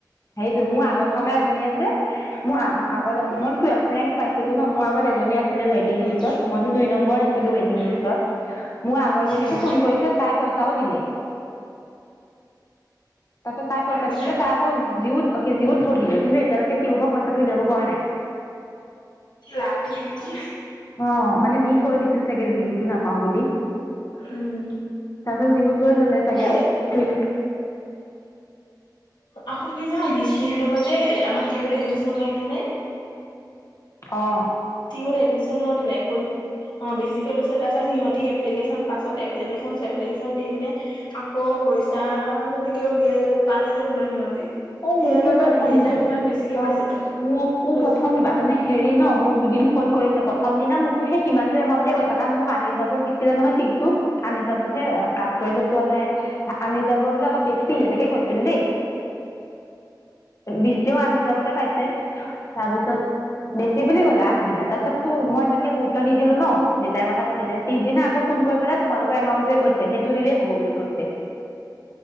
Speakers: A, on the left; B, on the left.
A: এইটো, মোৰ আগত থকা এজনীয়ে যে, মোৰ আগত আছিল,
B: উম
A: মই <inaudible> ৰেংক পাই আছিলো ন মোৰ আত এজনী আছে ৱেটিং
B: উম
A: লিষ্টত, মইতো দুই নম্বৰত আছিলো ৱেইটিং
B: উম
A: লিষ্টৰ, মোৰ আগৰজনীকো
B: উম
A: ফোন কৰিছে তাই পইচাও দিলে। তাৰপাছত পইচা
B: তাৰপিছত
A: দি আকৈ উজি জিউত, অ, কি জিউত পঢ়িলে। কিন্তু এতিয়ালৈকে তিও পৰা পইচাটো উলিয়াব পৰা নাই।
B: লাভটো কি হ'ল।
A: অ, মানে দি থৈ দিছিল চাগে জিওতো নাপাওঁ বুলি।
B: উম।
A: তাৰ পাচত জিউ লৈ ল'লে চাগে
B: এ
A: ফ্ৰী
B: আকৌ কি জানা? বিচ তি হঁতৰ পৰা যে আমাৰ টিউত এডমিশ্যন লওঁতো নে
A: অঁ।
B: জিউত এডমিশ্যন ল তেনে, অ, বেছিকে লৈ তাৰ পাছত সিহঁতি এপ্লিকেশ্যন পাছত, এপ্লিকেশ্যন-চেপ্লিকেশ্যন দি পিনে আকৌ পইচা তেনেকে উলিয়াই ল'লে পালে যেনিবা সিহঁতি।
A: অ,
B: সিহঁতৰ
A: মোকো
B: পৰা
A: প্ৰথম
B: দুহেজাৰ কিমান বেছিকে পাইছিলে
A: অ', মোকো
B: লৈছিলে।
A: প্ৰথম মানে হেৰি ন মোক দুদিন ফোন কৰিছে প্ৰথম দিনা মোক হে সিমানটো এমাউণ্ট কৈছে কাৰণ মোক আনি জাব দি আছিলে নহয় চিটটো আনি যাব হে কাটোৱে যে পোৱা নাই, আনি যাব বোলে অলপ বেছি এনেকে কৈছিল দেই। বিছিও আনি যাবতে পাইছে টেত তাৰপিছত বেছি বুলি কলে আগদিনা তাৰপিছততো মই ইমানকে গুৰুত্ব নি দিলো ন দেতাই কথা পাতি ছিলে। পিচদিনা আকৌ ফোন কৰি পেলাই তোমোলোকৰ এমাউন্টোৱে কৈছে। তে হেটো দিলেই হ'ব বুলি কৈছে।